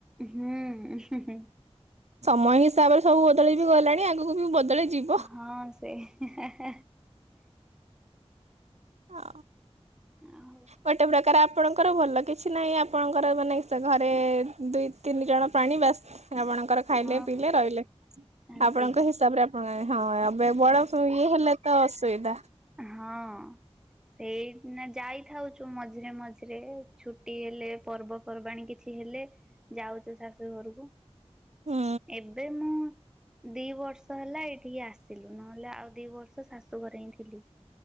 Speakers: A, in the centre; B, on the right.
A: ହୁଁ <inaudible>
B: ସମୟ ହିସାବରେ ସବୁ ବଦଳି ବିି ଗଲାଣି ଆଗକୁ ବି ବଦଳିଯିବ
A: ହଁ ସେଇ।
B: ଆ
A: ଆଉ
B: ଗୋଟେପ୍ରକାର ଆପଣଙ୍କର ଭଲ କିଛି ନାହିଁ ଆପଣଙ୍କର ମାନେ ସ ଘରେ ଦୁଇ ତିନି ଜଣ ପ୍ରାଣୀ ବାସ ଆପଣଙ୍କର ଖାଇଲେ
A: ହଁ
B: ପିଇଲେ ରହିଲେ।
A: ଶାନ୍ତି
B: ଆପଣଙ୍କ ହିସାବ ରେ ଆପଣଙ୍କ ହଁ ଏବେ ବଡ଼ ତ ଇଏ ହେଲେ ତ ଅସୁବିଧା।
A: ହଁ ସେଇନା ଯାଇଥାଉଛୁ ମଝିରେ ମଝିରେ ଛୁଟି ହେଲେ ପର୍ବପର୍ବାଣୀ କିଛି ହେଲେ ଯାଉଛୁ ଶାଶୁ ଘରକୁ।
B: ହୁଁ
A: ଏବେ ମୁଁ ଦି ବର୍ଷ ହେଲା ଏଇଠିକି ଆସିଲୁ। ନହେଲେ ଆଉ ଦି ବର୍ଷ ଶାଶୁଘରେ ହିଁ ଥିଲି।